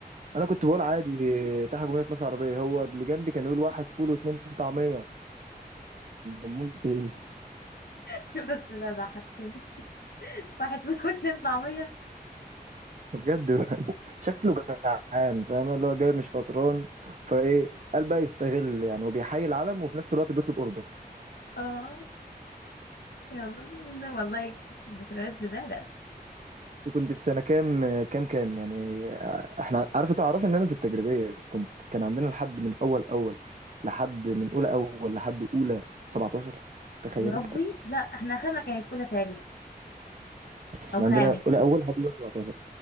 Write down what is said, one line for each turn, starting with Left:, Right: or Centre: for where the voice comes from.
Right: انا كنت بقول عادي تحت جمهورية مصر العربية هو اللي جنبي كان يقول واحد فول واتنين طعمية دمنت ايه
Left: <laughs> بس لا ضحكتني <laughs> واحد فيهم اتنين طعمية
Right: بجد <laughs> شكله جعان فاهم اللي هو جاي مش فطران فايه قال بقى يستغل يعني وبيحيي العلم وفي نفس الوقت بيطلب اوردر
Left: اه يلا منهم والله ذكريات زبالة
Right: كنت في سنه كام كام كام يعني احنا عارفه تعرف ان انا في التجريبيه كنت كان عندنا لحد من اول اول لحد من اولى اول لحد اولى 17 تخيلي
Left: يا ربي لا احنا اخرنا كانت اولى سادس
Right: احنا
Left: او
Right: عندنا
Left: خامس
Right: اولى اول لحد اولى 17